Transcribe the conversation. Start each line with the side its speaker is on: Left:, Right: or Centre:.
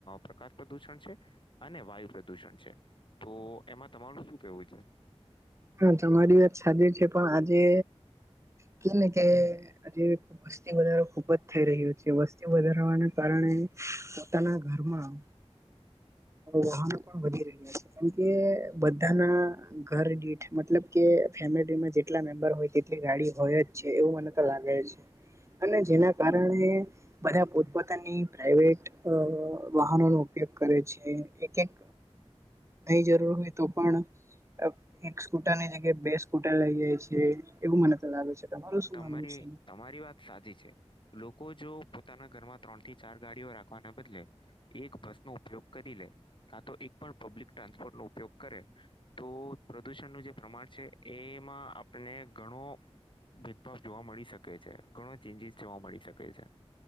Left: પ્રકાશ પ્રદુષણ છે અને વાયુ પ્રદૂષણ છે. તો એમાં તમારુ શું કેવું છે?
Right: હા તમારી વાત સાચ છે પણ આજે કે ને કે આજે વસ્તી વધારો ખુબ જ થઈ રહ્યો છે વસ્તી વધારવાના કારણે પોતાના ઘરમાં વાહનો પણ વધી રહ્યા છે. મ કે બધાના ઘર દીઠ મતલબ કે ફેમિલીમાં જેટલા મેમ્બર હોય ગાડી હોય જ છે એવું મને તો લાગે છે અને જેના કારણે બધા પોતપોતાની પ્રાાઈવેટ વાહનો નો ઉપયોગ કરે છે. એક એક નઈ જરૂર હોય તો પણ. એક સ્કૂટરની જગ્યાએ બે સ્કૂટર લઈ જાય છીએ એવું મને તો લાગે છે. તમારું શું
Left: તમારી
Right: માનવું છે?
Left: તમારી વાત સાચી છે લોકો જો પોતાના ઘરમાં ત્રણ થી ચાર ગાડીઓ રાખવાના બદલે એક બસ નો ઉપયોગ કરી લે કા તો એક પણ પબ્લિક ટ્રાન્સપોર્ટ નો ઉપયોગ કરે તો પ્રદુષણનું જે પ્રમાણ છે એમાં આપને ઘણો બિગ બોસ જોવા મળી શકે છે ઘણો ચેન્જીસ જોવા મળી શકે છે.